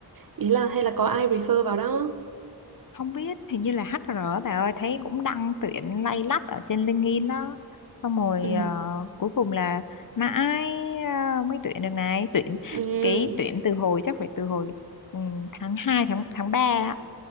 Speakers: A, on the right; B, on the left.
A: ý là hay là có ai refer vào đó?
B: không biết hình như là HR á bà ơi thấy cũng đăng tuyển lay lắt ở trên LinkedIn đó xong rồi
A: Ừ.
B: ờ, cuối cùng là mà ai ờ, mới tuyển được này tuyển
A: Ừ.
B: cái tuyển từ hồi chắc phải từ hồi ừ, tháng 2 tháng tháng 3 á